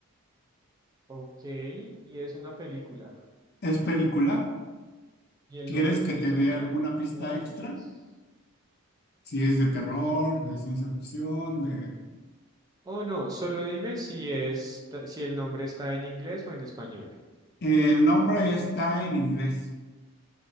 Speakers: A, on the right (about 15°); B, on the left (about 45°).
A: Ok, y es una película.
B: ¿Es película?
A: ¿Y el
B: ¿Quieres
A: nombre está
B: que
A: en
B: te
A: español
B: dé alguna pista
A: o en
B: extra?
A: inglés?
B: Si es de terror, de ciencia ficción, de
A: Oh, no, solo dime si es, si el nombre está en inglés o en español.
B: El nombre está en inglés.